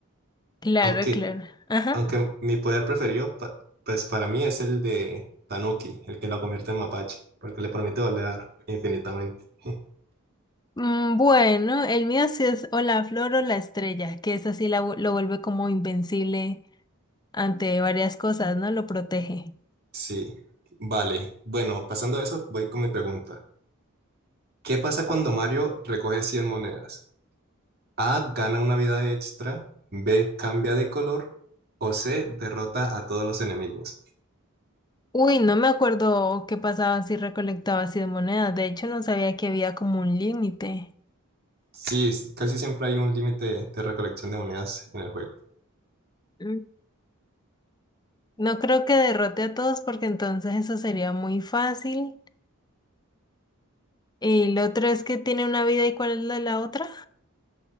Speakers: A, on the left; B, on the right.
A: Claro,
B: Aunque,
A: claro. Ajá.
B: aunque mi poder preferido, pa- pues para mí es el de Tanuki, el que lo convierte en mapache, porque le permite volar infinitamente. <laughs>
A: Mm, Bueno, el mío sí es o la flor o la estrella, que es así la vu- lo vuelve como invencible ante varias cosas, ¿no? Lo protege.
B: Sí, vale. Bueno, pasando a eso, voy con mi pregunta. ¿Qué pasa cuando Mario recoge 100 monedas? A. Gana una vida extra. B. Cambia de color. O C. Derrota a todos los enemigos.
A: Uy, no me acuerdo qué pasaba si recolectaba así de monedas. De hecho, no sabía que había como un límite.
B: Sí, s- casi siempre hay un límite de recolección de monedas en el juego.
A: Mm. No creo que derrote a todos porque entonces eso sería muy fácil. Y lo otro es que tiene una vida y cuál es la la otra.